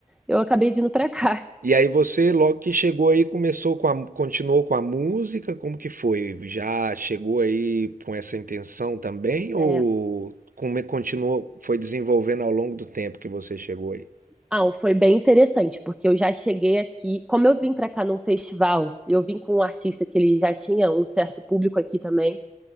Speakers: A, in the centre; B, on the right (about 85°).
A: Eu acabei vindo para cá.
B: E aí você, logo que chegou aí, começou com a, continuou com a música? Como que foi? Já chegou aí com essa intenção também? Ou
A: É.
B: como é- continuou, foi desenvolvendo ao longo do tempo que você chegou aí?
A: Ah, um, foi bem interessante, porque eu já cheguei aqui, como eu vim para cá num festival, eu vim com um artista que ele já tinha um certo público aqui também.